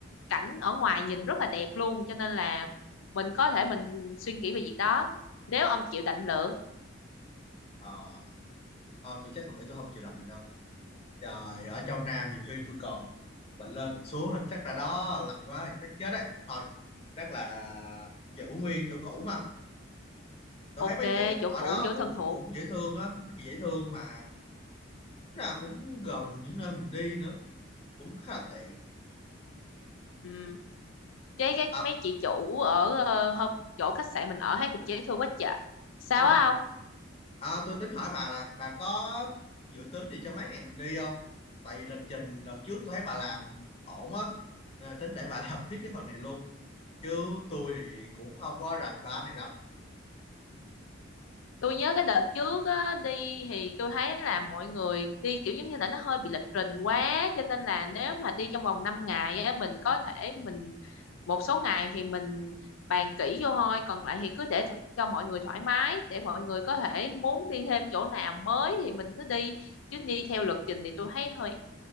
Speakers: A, on the left; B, on the left.
A: cảnh ở ngoài nhìn rất là đẹp luôn cho nên là mình có thể mình suy nghĩ về việc đó nếu ông chịu định lượng
B: ờ Ờ, tôi chắc tôi nghĩ tôi không chịu lạnh này đâu Trời, ở trong Nam nhiều khi tôi còn bệnh lên bệnh xuống là chắc là đó lạnh quá thì chắc chết đấy. Thôi, chắc là giữ nguyên chỗ cũ ha. Tôi
A: ok
B: thấy mấy anh chị
A: chỗ
B: ở
A: cũ
B: đó
A: chỗ
B: cũng
A: thân thuộc
B: cũng dễ thương á, mấy chị dễ thương mà tính là cũng gần những nơi mình đi nữa, cũng khá là tiện.
A: ừ. chế cái
B: À,
A: mấy chị chủ ở ờ, hợp- chỗ khách sạn mình ở thấy cũng dễ thương quá trời sao
B: đúng rồi,
A: á
B: đúng.
A: ông
B: À, tôi tính hỏi bà là bà có dự tính gì cho mấy ngày mình đi không? Tại vì lịch trình lần trước tôi thấy bà làm ổn á, nên là tính để bà <laughs> làm tiếp cái phần này luôn. Chứ tôi thì cũng không có rành ba này lắm.
A: tôi nhớ cái đợt trước á, đi thì tôi thấy là mọi người đi kiểu giống như là nó hơi bị lịch trình quá cho nên là nếu mà đi trong vòng 5 ngày á mình có thể mình một số ngày thì mình bàn kỹ vô thôi còn lại thì cứ để tho- cho mọi người thoải mái để mọi người có thể muốn đi thêm chỗ nào mới thì mình cứ đi chứ đi theo lịch trình thì tôi thấy hơi